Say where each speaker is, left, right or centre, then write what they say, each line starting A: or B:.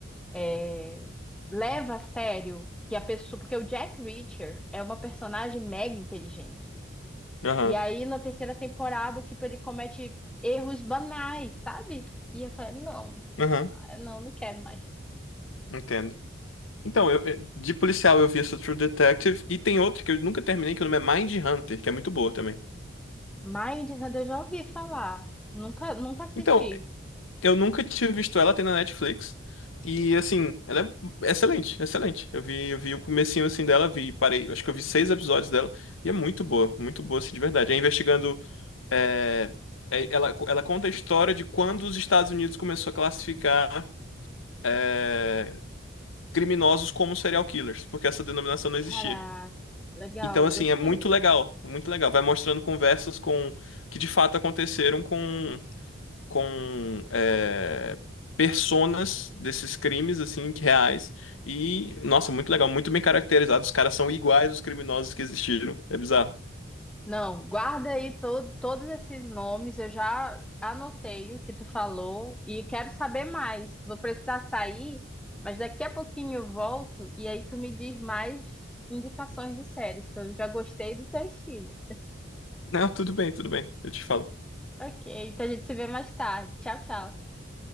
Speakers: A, in the centre; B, on the left (about 80°).
A: é, leva a sério que a pessoa. Porque o Jack Reacher é uma personagem mega inteligente.
B: aham,
A: E aí, na terceira temporada, tipo, ele comete erros banais, sabe? E eu falei, não,
B: aham,
A: não, não quero mais.
B: entendo. Então, eu, eu- de policial eu vi essa True Detective e tem outra que eu nunca terminei, que o nome é Mind Hunter, que é muito boa também.
A: Mindhunter eu já ouvi falar. Nunca, nunca assisti.
B: Então, eu nunca tinha visto ela, tem na Netflix. E assim, ela é excelente, excelente. Eu vi, eu vi o comecinho assim dela, vi, parei, acho que eu vi seis episódios dela e é muito boa, muito boa assim, de verdade. É investigando, é, é- ela, ela conta a história de quando os Estados Unidos começou a classificar é, criminosos como serial killers, porque essa denominação não existia.
A: Caraca, legal,
B: Então, assim,
A: gostei.
B: é muito legal, muito legal. Vai mostrando conversas com que de fato aconteceram com com é, personas desses crimes, assim, que reais. E, nossa, muito legal, muito bem caracterizado. Os caras são iguais os criminosos que existiram. É bizarro.
A: Não, guarda aí to- todos esses nomes, eu já anotei o que tu falou e quero saber mais. Vou precisar sair, mas daqui a pouquinho eu volto e aí tu me diz mais indicações de séries, que eu já gostei do teu estilo.
B: Não, tudo bem, tudo bem. Eu te falo.
A: Ok, então a gente se vê mais tarde. Tchau, tchau.